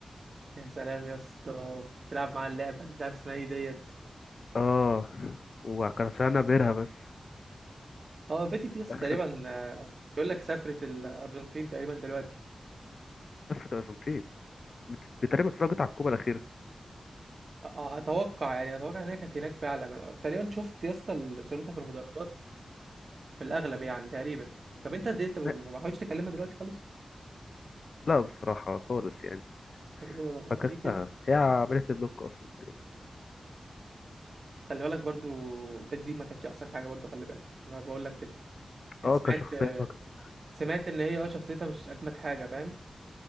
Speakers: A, on the right; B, on the left.
A: يا سلام يا اسطى كنت بتلعب مع اللعبه مش عارف اسمها ايه ديت
B: اه وكان عشان انا بيرها بس
A: اه بيتي دي
B: وفي
A: يا اسطى
B: الاخر
A: تقريبا آه، بيقول لك سافرت الارجنتين تقريبا دلوقتي
B: لفت الارجنتين بت- بتقريبا اتفرجت على الكوبا الاخيره
A: آه، اتوقع يعني اتوقع انها كانت هناك فعلا أنا تقريبا شفت يا اسطى ال- صورتها في المدرجات في الاغلب يعني تقريبا طب انت دي- انت ما
B: لا
A: ما حاولتش تكلمها دلوقتي خالص
B: لا بصراحه خالص يعني
A: طب ايه ده انت
B: فكستها
A: ليه كده
B: هي عملت لي بلوك اصلا تقريبا
A: خلي بالك برضو بيتي دي ما كانتش احسن حاجه برضو خلي بالك انا بقول لك كده يعني
B: اه
A: سمعت
B: كشخصيه بقى كده.
A: سمعت ان هي اه شخصيتها مش اجمد حاجه فاهم